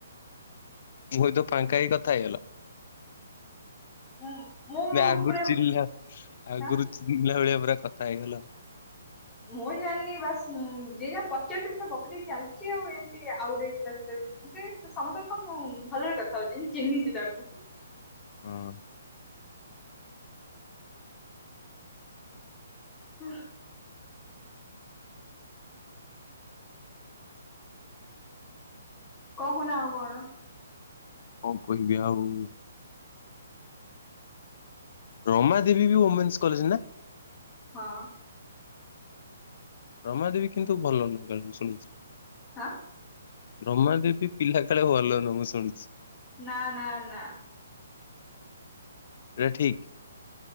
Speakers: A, on the left; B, on the left.
A: ମୁଁ ହଇତ ଫାଙ୍କାଇ କଥା ହେଇଗଲ।
B: ହଁ ମୁଁ
A: ଆଗୁରୁ
B: ପୁରା
A: ଚିିଲା ଆଗୁରୁ
B: ହଁ
A: ଚିଲା ଭଳିଆ ପୁରା କଥା ହେଇଗଲ।
B: ମୁଁ ଜାଣିନି ବାସ୍ ମ୍ ଯିଏ ଯା ପଚାରୁଚି ମୁଁ ତ ଗପି ଦେଇ ଚାଲିଚି ଆଉ ଏମ୍ତି ଆଉ ଗୋଟେ ହେଇଥିଲା ସେଟା ବି ସେ ସମତଙ୍କ ସେ ମୁଁ ଭଲରେ କଥା ହୋଉଚି, ଯେମ୍ ଚିହ୍ନିଚି ତାକୁ।
A: ହଁ।
B: ଓ। କହୁନା ଆଉ କଣ?
A: ହଁ କହିବି ଆଉ। ରମା ଦେବୀ ବି ଓମେନ୍ସ କଲେଜ ନା?
B: ହଁ।
A: ରମାଦେବୀ କିନ୍ତୁ ଭଲ ନୁହେଁ କାଳେ ମୁଁ ଶୁଣିଛିି।
B: ହାଁ।
A: ରମା ଦେବୀ ପିଲା କାଳେ ଭଲନୁ ମୁଁ ଶୁଣିଛି।
B: ନାଁ ନାଁ ନାଁ।
A: ଏଟା ଠିକ।